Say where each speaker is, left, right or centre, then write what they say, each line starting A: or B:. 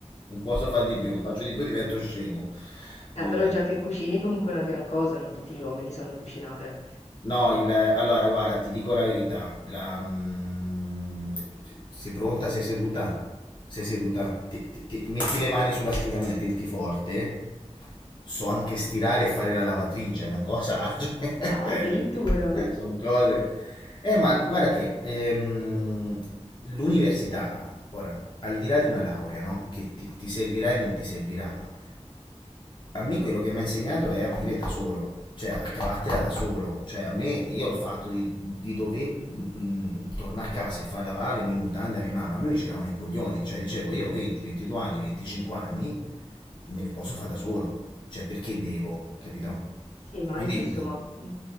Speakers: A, on the left; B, on the left.
A: Non posso fare di più. Faccio di più, divento scemo.
B: Eh,
A: Divento.
B: però già che cucini comunque è una gran cosa, non tutti gli uomini sanno cucinare.
A: No, il, allora guarda, ti dico la verità, la, mm, sei pronta? Sei seduta? Sei seduta? Ti- ti- ti- metti le mani sulla scrivania, tenti forte. So anche stirare e fare la lavatrice, è una cosa, <laughs>
B: Ah,
A: cioè,
B: addirittura.
A: sono cose. Eh, ma guarda che ehm, l'università, ora, al di là di una laurea, no? Che ti, ti servirà e non ti servirà, a me quello che mi ha insegnato è a vivere da solo, cioè a cavartela da solo. Cioè a me, io il fatto di, di dover mh, tornare a casa e fare la vale, mi mutanda, a mia mamma, a me mi giravano i coglioni. Cioè dicevo, io ho 20, 22 anni, 25 anni, me le posso fare da solo. Cioè perché devo, capito?
B: Sì, ma
A: Quindi...
B: è giusto, ma mh,